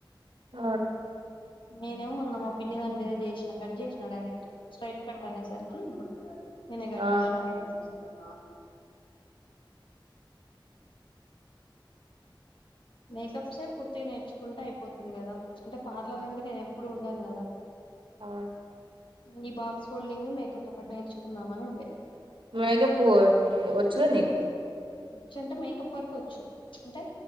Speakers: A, on the right; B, on the left.
A: అవును
B: నేనేం ఉన్నమా పిన్ని దాని మీద చేసిన కట్ చేసిన డైరెక్ట్ స్ట్రైట్ కట్ అనేసరికి నేనే కట్
A: ఆ
B: చేసిన <unintelligible> మేకప్సే పూర్తిగా నేర్చుకుంటే అయిపోతుంది కదా, అంటే పార్లర్ అంటే నేను ఎప్పుడు ఉండను కదా
A: ఆ
B: ఈ బాక్స్ ఫోల్డింగ్ మేకప్ ఒకటి నేర్చుకుందామ అని ఉండే
A: మేకుప్ వచ్చు కదా నీకు
B: వచ్చ అంటే మేకప్ వరకు వచ్చు, అంటే